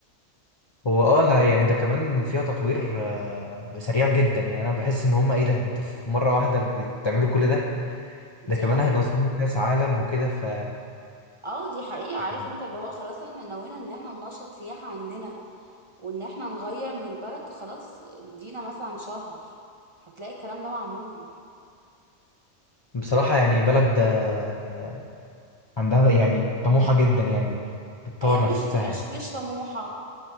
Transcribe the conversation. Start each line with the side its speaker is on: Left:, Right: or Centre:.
Left: هو اه لا يعني ده كمان فيها تطوير آه، سريع جدا يعني انا بحس ان هم ايه ده انتوا في مره واحده بتعملوا كل ده
Right: دي
Left: ده كمان
Right: حقيقة
Left: هينظموا كاس عالم وكده ف
Right: اه دي حقيقة عارف
Left: يعني
Right: انت اللي هو خلاص احنا نوينا ان احنا ننشط سياحة عندنا وان احنا نغير من البلد خلاص ادينا مثلا شهر هتلاقي الكلام ده معمول
Left: بصراحه يعني بلد آه، آه، عندها يعني طموحه جدا يعني بت- بتطور
Right: هي مش
Left: نفسها
Right: مش
Left: يعني
Right: مش طموحة